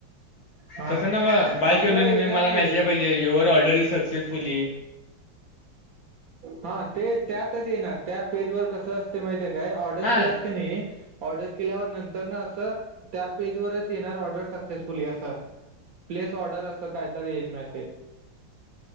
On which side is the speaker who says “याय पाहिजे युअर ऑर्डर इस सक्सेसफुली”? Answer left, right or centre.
Left